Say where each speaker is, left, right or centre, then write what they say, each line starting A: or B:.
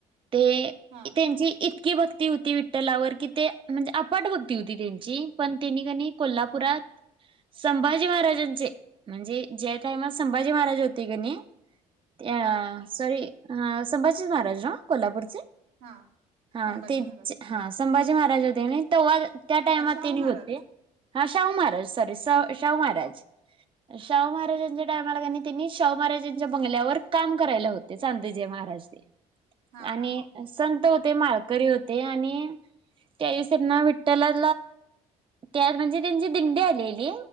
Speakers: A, on the right; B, on the right.
A: ते
B: हा
A: त्यांची इतकी भक्ती होती विठ्ठलावर की ते, म्हणजे आपट भक्ती होती त्यांची पण त्यांनी कनई कोल्हापुरात
B: हा
A: संभाजी महाराजांचे म्हणजे ज्या टाइमात संभाजी महाराज होते का नाही त्या
B: हा
A: सॉरी संभाजीच महाराज ना कोल्हापूरचे
B: हा
A: हा
B: संभाजी
A: तेच
B: महाराज
A: हा संभाजी महाराज होते कनई तेंव्हाच, त्या टायमात
B: का शाहू
A: तेनी
B: महाराज
A: होते, हा शाहू महाराज सॉरी सा शाहू महाराज, शाहू
B: हा
A: महाराजंचं टायमाला कनई त्यांनी शाहू महाराजांच्या बंगल्यावर काम करायला होते चांदेजी महाराज ते.
B: हा
A: आणि
B: हा
A: संत होते, माळकरी होते, आणि त्यावेळीस त्यांना विठ्ठलाला त्यात म्हणजे त्यांची दिंडी आलेली